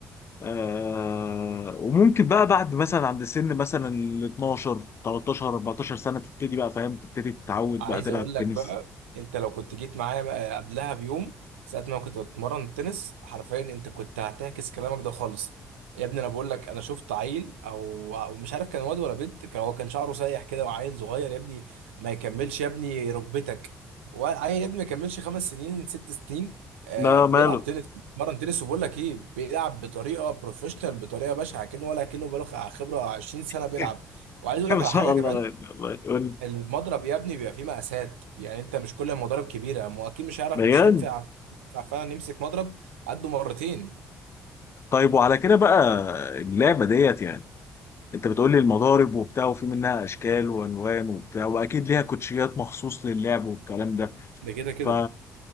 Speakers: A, on the left; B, on the right.
A: آه، وممكن بقى بعد مثلا عند سن مثلا ال 12 13 14 سنة تبتدي بقى فاهم تبتدي تتعود
B: عايز
A: بقى تلعب
B: اقول لك
A: تنس
B: بقى انت لو كنت جيت معايا بقى قبلها بيوم ساعه ما كنت بتمرن تنس حرفيا انت كنت هتعكس كلامك ده خالص يا ابني انا بقول لك انا شفت عيل او أو مش عارف كان واد ولا بنت كان هو كان شعره سايح كده وعيل صغير يا ابني ما يكملش يا ابني ركبتك وعيل يا ابني ما يكملش خمس سنين ست سنين آه
A: لا
B: بيلعب
A: ماله
B: تنس بيتمرن تنس وبقول لك ايه بيلعب بطريقه بروفيشنال بطريقه بشعه كأنه ولا كأنه بقاله خبره 20 سنه
A: <laughs>
B: بيلعب وعايز اقول
A: ما
B: لك
A: شاء
B: على حاجه كمان
A: الله الله يقول
B: المضرب يا ابني بيبقى فيه مقاسات يعني انت مش كل المضارب كبيره ما هو اكيد مش هيعرف
A: بجد
B: مش هينفع ينفع فعلا يمسك مضرب قده مرتين
A: طيب وعلى كده بقى اللعبة ديت يعني انت بتقول لي المضارب وبتاع وفي منها اشكال والوان وبتاع واكيد ليها كوتشيات مخصوص للعب والكلام ده
B: ده كده كده
A: ف